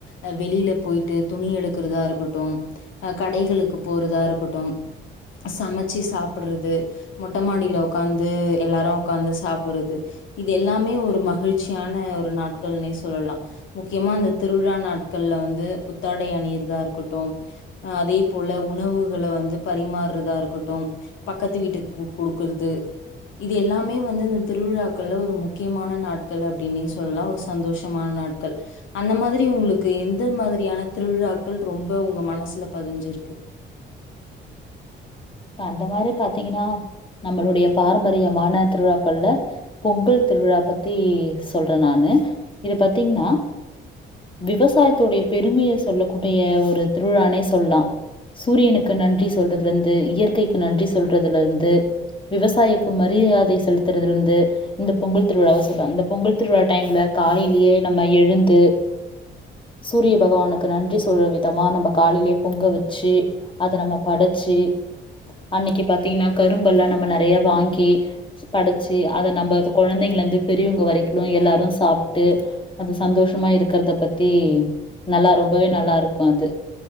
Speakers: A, on the left; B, on the left.
A: அ வெளில போயிட்டு துணி எடு க்றதா இருக்கட்டும் அஹ் கடைகளுக்கு போறதா இருக்கட்டும் சமைச்சி சாப்பிட்றது மொட்ட மாடியில உக்காந்து எல்லாரு உக்காந்து சாப்பிறது இது எல்லாமே ஒரு மகிழ்ச்சியான ஒரு நாட்கள்னே சொல்லலா முக்கியமா அந்த திருவிழா நாட்கள்ல வந்து புத்தாடை அணியிறதா இருக்கட்டும் அதே போல உணவுகள வந்து பரிமார்றதா இருக்கட்டும் பக்கத்து வீட்டுக்கு குடுக்குறது இது எல்லாமே வந்து இந்த திருவிழா க்கள்ல ஒரு முக்கியமான நாட்கள் அப்டினே சொல்லா ஒரு சந்தோஷமான நாட்கள் அந்த மாதிரி உங்களுக்கு எந்த மாதிரியான திருவிழாக்கள் ரொம்ப உ உங்க மனசுல பதிஞ்சிருக்கு
B: இப்ப அந்த மாரி பாத்திங்கனா நம்மளுடைய பாரம்பரியமான திருவிழாக்கள்ல பொங்கல் திருவிழா பத்தி சொல்றே நானு இது பாத்திங்ன்னா விவசாயத்துடைய பெருமைய சொல்ல கூடிய ஒரு திருவிழானே சொல்லா சூரியனுக்கு நன்றி சொல்றத் து வந்து இயற்கைக்கு நன்றி சொல்றதுல இருந்து விவசாயிக்கு மரியாதை செலுத்துறதலிந்து இந்த பொங்கல் திருவிழாவ சொல்லா இந்த பொங்கல் திருவிழா டைம்ல காலைலியே நம்ம எழுந்து சூரிய பகவானுக்கு நன்றி சொல்ற விதமா நம்ப காலையிலயே பொங்க வெச்சி அத நம்ம பட ச்சி அன்னிக்கு பாத்திங்கன்னா கரும்பல்லா நம்ம நெறைய வாங்கி படைச்சி அதை நம்ப கொழந்தைங்கள்லந்து பெரியவங்க வரைக்கிலு எல்லாரு சாப்ட்டு அது சந்தோஷமா இருக்கறத பத்தி நல்லா ரொம்பவே நல்லா இருக்கு அது